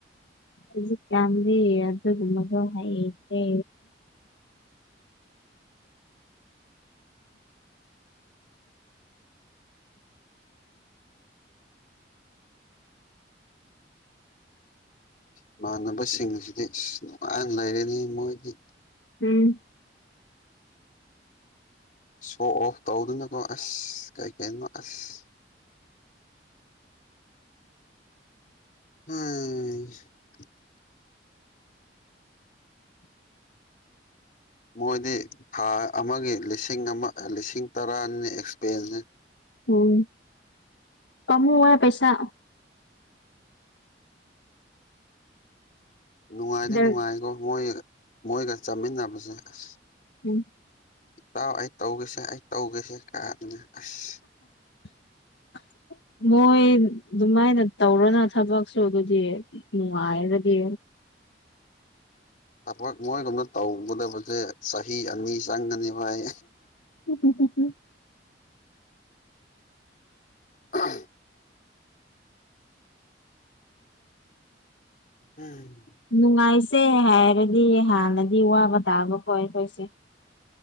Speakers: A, on the left; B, on the left.
A: ꯍꯧꯖꯤꯛꯀꯥꯟꯗꯤ ꯑꯗꯨ ꯃꯗꯨ ꯍꯥꯏꯩꯇ꯭ꯔꯦ
B: ꯏꯃꯥꯟꯅꯕꯁꯤꯡꯁꯤꯗꯤ ꯅꯨꯡꯉꯥꯏꯅ ꯂꯩꯔꯅꯤ ꯃꯣꯏꯗꯤ
A: ꯎꯝ
B: ꯁꯣ ꯑꯣꯐ ꯇꯧꯗꯨꯅꯅꯕꯣ ꯑꯁ ꯀꯩ ꯀꯅꯣ ꯑꯁ ꯑꯝ ꯃꯣꯏꯗꯤ ꯊꯥ ꯑꯃꯒꯤ ꯂꯤꯁꯤꯡ ꯑꯃ ꯂꯤꯁꯤꯡ ꯇꯔꯥꯅꯤ ꯑꯦꯛꯁꯄꯔꯤꯌꯦꯟꯁꯅꯤ
A: ꯎꯝ ꯀꯃ ꯍ ꯄꯩꯁꯥ
B: ꯅꯨꯡꯉꯥꯏꯗꯤ
A: ꯗꯔ
B: ꯅꯨꯡꯉꯥꯏꯀꯣ ꯃꯣꯏ ꯃꯣꯏꯒ ꯆꯠꯃꯤꯟꯅꯕꯁꯦ ꯑꯁ
A: ꯎꯝ
B: ꯏꯇꯥꯎ ꯑꯩ ꯇꯧꯒꯦꯁꯦ ꯑꯩ ꯇꯧꯒꯦꯁꯦ ꯀꯥꯗꯅ ꯑꯁ
A: <unintelligible> ꯃꯣꯏ ꯑꯗꯨꯃꯥꯏꯅ ꯇꯧꯔꯅ ꯊꯕꯛꯁꯨ ꯑꯗꯨꯗꯤ ꯅꯨꯡꯉꯥꯏꯔꯗꯤ
B: ꯊꯕꯛ ꯃꯣꯏꯒꯨꯝꯅ ꯇꯧꯒꯗꯕꯁꯦ ꯆꯍꯤ ꯑꯅꯤ ꯆꯪꯒꯅꯤ ꯚꯥꯏ
A: ꯊꯀꯦ ꯊꯀꯦ
B: ꯑ ꯎꯝ
A: ꯅꯨꯡꯉꯥꯏꯁꯦ ꯍꯥꯏꯔꯗꯤ ꯍꯥꯟꯅꯗꯤ ꯋꯥꯕ ꯇꯥꯕꯀꯣ ꯑꯩꯈꯣꯏꯁꯦ